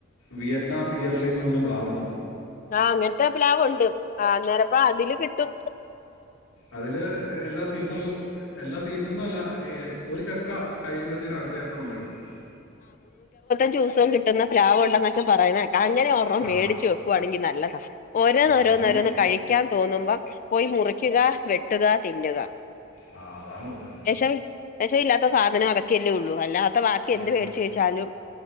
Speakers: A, on the left; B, on the left.
A: വിയറ്റ്നാം ഇയർലി എന്ന് പറഞ്ഞ പ്ലാവൊണ്ട്
B: ആഹ് അങ്ങനത്തെ പ്ലാവൊണ്ട് ആഹ് അന്നേരപ്പ അതില് കിട്ടും
A: അതില് എല്ലാ സീസണിലും എല്ലാ സീസ ന്നല്ല ഇ ഒരു ചക്ക കഴിയുമ്പത്തേനും അടുത്തചക്ക ഒണ്ടായിവരും
B: ഞ്ചൂസോം കിട്ടുന്ന പ്ലാവ് ഉണ്ടെന്നൊക്കെ പറയുന്നേ അങ്ങനെ ഒരണ്ണം
A: ആ
B: മേടിച്ച് വെക്കുവാണെങ്കി നല്ലതാ <inaudible> ഓരോന്നോരോന്ന്
A: അതിനകം
B: കഴിക്കാൻ തോന്നുമ്പം- പോയി മുറിക്കുക വെട്ടുക തിന്നുക
A: ആ അതാണ് പറഞ്ഞത്
B: എശ <unintelligible> വെഷവില്ലാത്ത- സാധനം അതക്കയല്ലേ ഒള്ളു അല്ല- ബാക്കി
A: അതെ
B: എന്ത് മേടിച്ച് കഴിച്ചാലും